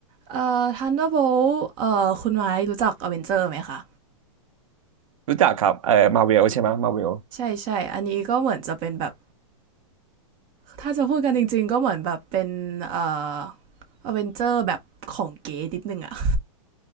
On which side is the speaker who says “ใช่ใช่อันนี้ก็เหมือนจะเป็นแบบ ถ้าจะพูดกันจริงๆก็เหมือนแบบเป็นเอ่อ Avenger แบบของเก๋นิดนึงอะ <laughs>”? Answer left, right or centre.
Right